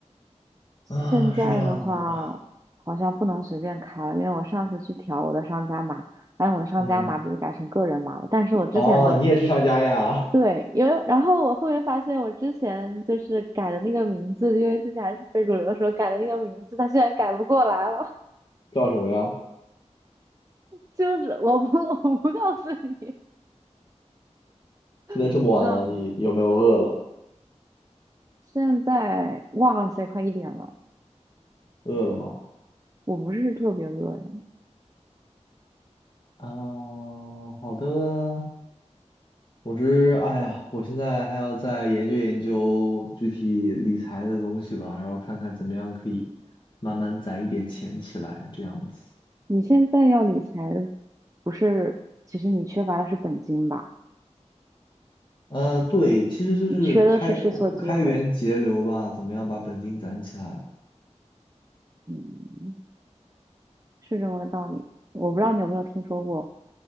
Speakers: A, on the right; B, on the left.
A: 现在的话好像不能随便开了，
B: 啊，是这样的。
A: 因为我上次去调我的商家码，发现我的商家码被改成个人码了。
B: 嗯。
A: 但是我之前的，
B: 哦，你也是商家呀？
A: 对，因为然后我后面发现我之前就是改的那个名字，因为之前还是非主流的时候改的那个名字，它现在改不过来了。<laughs>
B: 叫什么呀？
A: 就是我不我不告诉你，
B: 现在这么晚了，
A: <laughs> 不告诉你。
B: 你有没有饿了？
A: 现在，哇塞，快一点了，
B: 饿了吗？
A: 我不是特别饿呀。
B: 啊，好的。总之，哎呀，我现在还要再研究研究具体理财的东西吧，然后看看怎么样可以慢慢攒一点钱起来，这样子。
A: 你现在要理财，不是，其实你缺乏的是本金吧？
B: 呃，对，其实就是开我开源节流吧，
A: 你缺的是试错机会，
B: 怎么样把本金攒起来？
A: 嗯，是这么个道理。我不知道你有没有听说过，